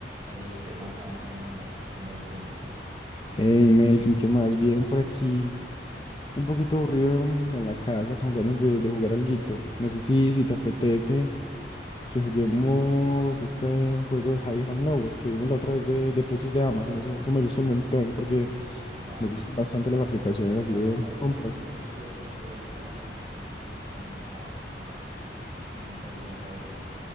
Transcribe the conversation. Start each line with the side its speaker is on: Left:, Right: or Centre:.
Right: Ey, ¿qué más, amo? ¿Cómo andas? ¿Qué andas haciendo?
Left: Hey, Melkin, ¿qué más? Bien por aquí. Un poquito aburrido en la casa, con ganas de, de jugar alguito. No sé si, si te apetece que juguemos este juego de High and Lower que vimos la otra vez de, de precios de Amazon. Eso, eso me gusta un
Right: Sí,
Left: montón
Right: sí.
Left: porque
Right: Va,
Left: me gustan bastante las aplicaciones así
Right: va,
Left: de
Right: me parece.
Left: compras.
Right: Yo, yo en estos días me voy a pedir algo en Amazon, entonces vamos a jugar como me, me parece, me parece.